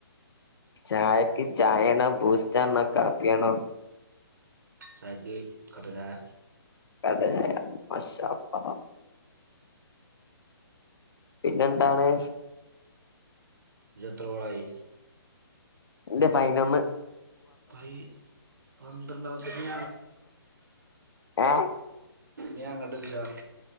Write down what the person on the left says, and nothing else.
ചായക്ക് ചായണോ ബൂസ് റ്റാണോ കാപ്പ്യാണോ?
അതെ. മാഷാ അള്ളാ പിന്നെന്താണ്?
ൻ്റെ പയ്നോന്ന്
ഏ